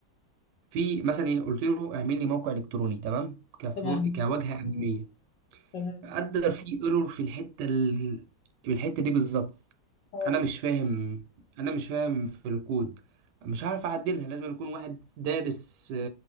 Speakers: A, on the right (about 75°); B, on the left (about 75°).
A: في مثلا ايه قلت له اعمل لي موقع الكتروني تمام كفرو
B: تمام
A: كواجهه اماميه
B: تمام
A: قدر في ايرور في الحته ال... في الحته دي بالظبط
B: اه
A: انا مش فاهم انا مش فاهم في الكود مش هعرف اعدلها لازم يكون واحد دارس